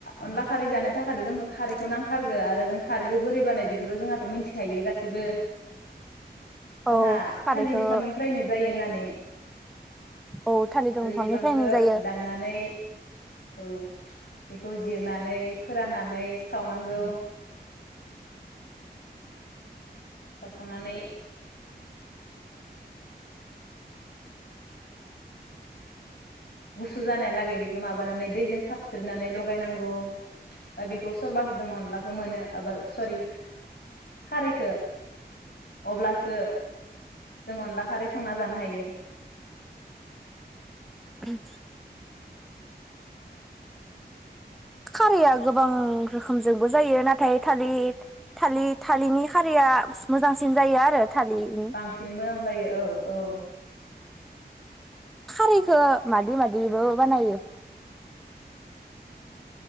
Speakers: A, on the left; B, in the centre.
A: अनला खारै जानो थाखायथ' जोंथ खारैखौ नांथारगो आरो जों खारैखौ बोरै बानाय बेखौथ जोंहाथ मिथिखायो गासैबो। जोंहा
B: औ खारैखौ
A: थालिर बिफांनिफ्रायनो जायो होननानै
B: औ थालिर दंफांनिफ्रायनो
A: बिफांखौ
B: जायो।
A: दाननानै औ बेखौ जिरनानै फोराननानै सावनांगौ। सावखांनानै गुसु जानायालागै बेखौ माबानानै दैजों साबस्रिनानै लगायनांगौ बा बेखौ सरबाखौ जों अनलाखौ मोनो एबा सरि खारैखौ अब्लासो जों अनला खारै संना जानो हायो।
B: उम <unintelligible> खारैया गोबां रोखोमजोंबो जायो नाथाय थालि थालि थालिरनि खारैया मोजांसिन जायो आरो। थालिरनि
A: बांसिन मोजां जायो औ औ।
B: खारैखौ मादि मादिबो बानायो?